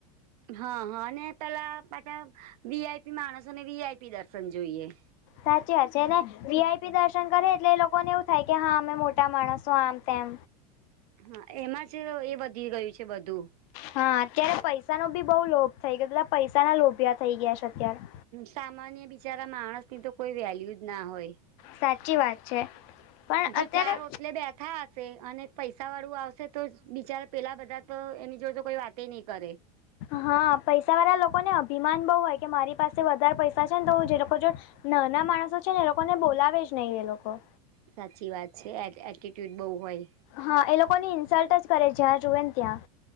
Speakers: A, on the right (about 70°); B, on the left (about 55°).
A: હા હા પેલા પાછા વીઆઈપી માણસોને વીઆઈપી દર્શન જોઈએ
B: સાચી વાત છે વીઆઈપી દર્શન કરે એટલે એ લોકોને એવું થાય કે હા અમે મોટા માણસો આમ તેમ
A: હા એમાં જ એ વધી ગયું છે બધું.
B: હા અત્યારે પૈસા ન બી બહુ લોભ થઇ ગયો બધા પૈસાના લોભિયા થઇ ગયા છે અત્યારે.
A: સામાન્ય બિચારા માણસ ની તો કોઈ વેલ્યુ જ ના હોય.
B: સાચી વાત છે. પણ
A: જો
B: અત્યારે
A: ચાર ઓટલે બેઠા હોત અને પૈસા વાળું આવશે તો જ બિચારા પેલા બધા તો એની જોડે તો કોઈ વાતે નહી કરે.
B: હા પૈસા વાળા લોકોને અભિમાન બહુ હોય કે મારી પાસે વધારે પૈસા છે ને તો હું જે લોકો ને નાના માણસો છે ને એ લોકોને બોલાવે જ નહી એ લોકો.
A: સાચી વાત છે એટિ એટિટ્યુડ બહુ હોય.
B: હા એ લોકોની ઇન્સલ્ટ જ કરે જ્યાં જુએ ને ત્યાં.